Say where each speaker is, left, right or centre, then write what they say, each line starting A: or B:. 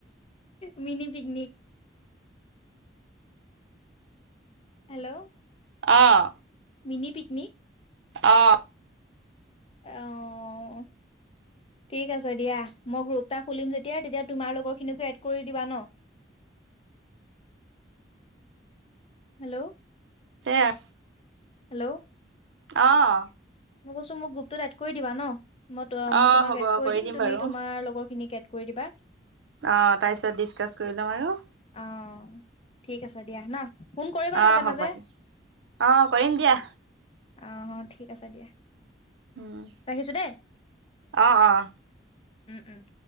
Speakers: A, on the left; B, on the right.
A: মিনি পিকনিক হেল্ল'
B: অহঁ।
A: মিনি পিকনিক
B: অহঁ।
A: অহঁ। ঠিক আছে দিয়া মই গ্ৰুপটা খুলিম যেতিয়াাই তেতিয়া তোমাৰ লগৰ খিনিকো এড কৰি দিবা ন <inaudible> হেল্ল'
B: তেয় <unintelligible>
A: হেল্ল'
B: আহ
A: মই কৈছো মোক গ্ৰুপত এড কৰি দিবা নহঁ মই
B: অ',
A: মই তোমাক
B: হ'ব
A: এড কৰি দিম তুমি
B: বাৰু
A: তোমাৰ লগৰ খিনিক এড কৰি দিবা
B: অ তাৰ পিছত ডিচকাচ কৰি ল'ম আৰু
A: অহঁ ঠিক আছে দিয়া নহঁ ফোন কৰিবা
B: অ',
A: মাজে
B: হ'ব
A: মাজে
B: দিয়া অ', কৰিম দিয়া
A: আহ ঠিক আছে দিয়া
B: উম
A: ৰাখিছো দেই
B: অহঁ অহঁ
A: উম উম